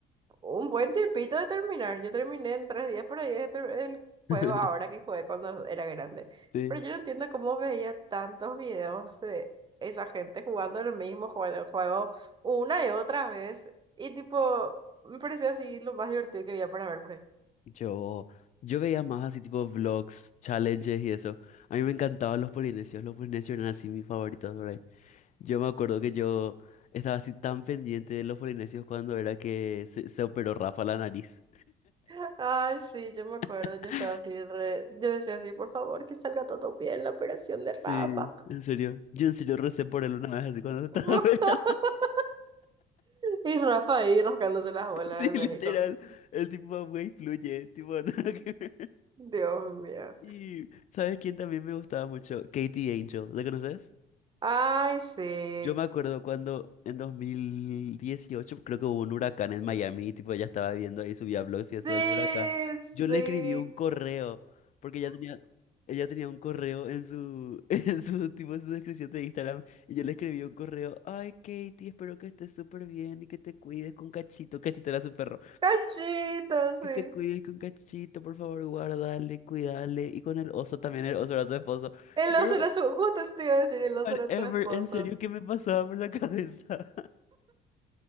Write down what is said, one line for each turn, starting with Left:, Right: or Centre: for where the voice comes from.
Right: Un buen tiempito de terminar. Yo terminé en tres días por ahí de ter- el juego
Left: <laughs>
Right: ahora que jugué cuando era grande.
Left: Sí.
Right: Pero yo no entiendo cómo veía tantos videos de esa gente jugando el mismo juego, el juego una y otra vez. Y tipo, me parecía así lo más divertido que había para ver por ahí.
Left: Yo, yo veía más así tipo vlogs, challenges y eso. A mí me encantaban los polinesios. Los polinesios eran así mis favoritos por ahí. Yo me acuerdo que yo estaba así tan pendiente de los polinesios cuando era que se, se operó Rafa la nariz.
Right: <laughs> Ay, sí, yo me acuerdo,
Left: <laughs>
Right: yo estaba así, re- yo decía así, por favor, que salga todo bien la operación de
Left: Sí,
Right: Rafa.
Left: en serio. Yo en serio recé por él una vez así cuando se estaba
Right: <laughs>
Left: <laughs> operando.
Right: Y Rafa ahí rascándose las bolas
Left: <laughs> Sí,
Right: de
Left: literal.
Right: México.
Left: El tipo, güey, fluye. Tipo, <laughs> nada que ver.
Right: Dios mío.
Left: Y, ¿sabes quién también me gustaba mucho? Katie Angel. ¿La conoces?
Right: Ay, sí.
Left: Yo me acuerdo cuando en 2018 creo que hubo un huracán en Miami, tipo ella estaba viendo ahí, subía blogs
Right: Sí,
Left: y eso del huracán.
Right: sí.
Left: Yo le escribí un correo, porque ella tenía, ella tenía un correo en su, <laughs> en su, tipo, en su descripción de Instagram, y yo le escribí un correo, ay Katie, espero que estés súper bien y que te cuides con Cachito, Cachito era su perro.
Right: Cachito,
Left: Que
Right: sí.
Left: te cuides con Cachito, por favor, guardale, cuidale. Y con el oso también, el oso era su esposo.
Right: El
Left: Girl,
Right: oso era su, justo eso te iba a decir, el oso
Left: whatever,
Right: era su esposo.
Left: en serio, ¿qué me pasaba por la cabeza?